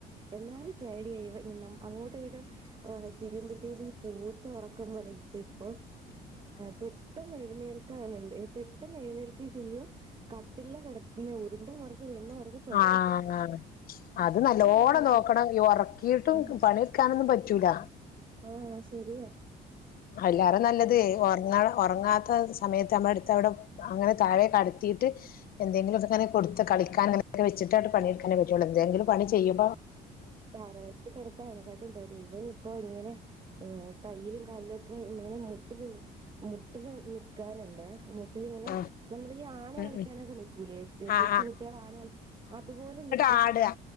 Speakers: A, on the right; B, on the left.
A: എന്നാലും പേടിയാ ഇവൻ നമ്മ അങ്ങോട്ടും ഇങ്ങോട്ടും തിരിയുംപ്പതെക്കും ഇ പോ ഉറക്കം പോലെ ഇപ്പ ഇപ്പോ പെട്ടെന്ന് എഴുന്നേൽക്കാനാണ്. പെട്ടെന്ന് എഴുന്നേൽക്കയും ചെയ്യും കട്ടില്ല്ലാ കിടത്ത്ന്നെ ഉരുണ്ടും മാറിഞ് ഉരുണ്ടും മറിഞ് പെ
B: ആന്ന് ആന്ന് അത് നല്ലോണം
A: ആയിട്ടുള്ളൂ
B: നോക്കണം ഈ ഉറക്കിയിട്ടും
A: ആഹ്
B: പണിയെടുക്കാനൊന്നും പറ്റൂല.
A: ആഹ് ശെരിയാ.
B: അയ്ലേറെ നല്ലത് ഉറങ്ങാ ഉറങ്ങാത്ത സമയത്ത് നമ്മടെ അടുത്ത് അവിടെ അങ്ങനെ താഴെക്കെട കെടത്തിയിട്ട് എന്തെങ്കിലുംക്കെങ്ങനെ കൊടുത്ത് കളിക്കാൻ അങ്ങനെവച്ചിട്ട് പണിയെടുക്കാനേ പറ്റുള്ളൂ എന്തെങ്കിലും പണി ചെയുംബോ.
A: തറേ കെടുത്താന് അയ്നക്കാട്ടിയും പേടി ഇവൻ ഇപ്പൊ ഇങ്ങനെ കയ്യിലും കാലിലും ഒക്കെ ഇങ്ങനെ മുട്ടിൽ മുട്ടില് നിക്കാൻ. ണ്ടെ മു.. <unintelligible> മുട്ടിൽങ്ങനെ
B: ആഹ്
A: നമ്മൾ ഈ ആന
B: ഉം
A: കളിക്കാനൊക്കെ
B: ഉം
A: നിക്കൂലേ
B: ആഹ്
A: കൊച്ചുകുട്ടികൾ ആന കളി അതുപോലെ നി...
B: ആട്കാ